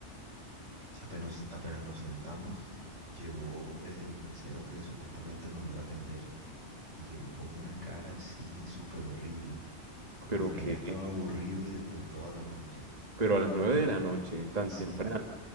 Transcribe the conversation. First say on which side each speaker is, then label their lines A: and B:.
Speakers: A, on the right; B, on the right.
A: Apenas, apenas nos sentamos, llegó el mesero que supuestamente nos iba a atender y llegó con una cara así súper horrible. Como
B: Pero
A: de que
B: que,
A: ya estaba aburrido de, de toda la noche.
B: pero a las 9 de la noche, tan
A: Sí,
B: temprano.